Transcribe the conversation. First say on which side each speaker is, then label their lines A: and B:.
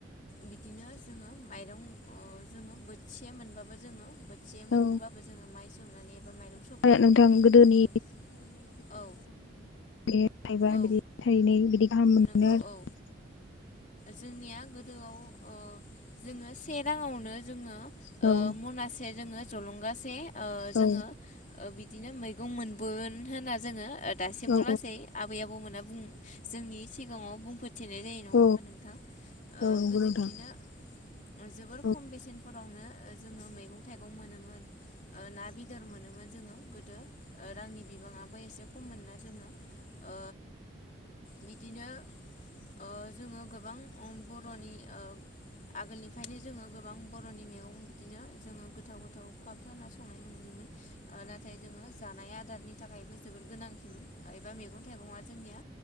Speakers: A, on the left (about 40°); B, on the left (about 80°).
A: बिदिनो जोङो माइरं ओ जोङो ओ बोथिसे मोनबाबो जोङो। एसे मोनबोबाबो
B: औ
A: जोङो माइ सौनानै एबा माइरं सौफानानै
B: नोंथां गोदोनि
A: मोनबो औ।
B: बे थायबा
A: औ
B: बिदि थाइनै बिदि गाहाम मोनो
A: नंगौ
B: आरो।
A: औ जोंनिया गोदोआव ओ जोङो से राङावनो जोङो।
B: आरो
A: ओ मनासे जोङो जलंगासे जोङो
B: औ
A: बिदिनो मै। गं मोनबोगोन होनना जोङो। दासिमाव
B: औ
A: लासै आबै आबौमोना बुं जोंनि सिगाङाव बुंफोरोथेनाय जायो
B: औ
A: नङा। नोंथां ओ
B: औ नंगौ
A: गोदो
B: नोंथां
A: बिदिनो।
B: औ
A: जोबोर खम
B: औ नंगौ औ
A: बेसेनफोरावनो जोङो मैगं थाइगं मोनोमोन। ना बेदर मोनोमोन जोङो गोदो रांनि बिबाङाबो एसे खममोन ना। ओ बिदिनो ओ जोङो। गोबां ओ बर'नि ओ। आगोलनिफ्रायनो जोङो गोबां बर'नि मेगं बिदिनो जोङो गोथाव गोथाव खाबथा ना संनाय नुयोमोन। ओ नाथाय जोङो जानाय आदारनि थाखायबो जोबोद गोनांथिमोन एबा मेगन- थाइगंआ जोंनिया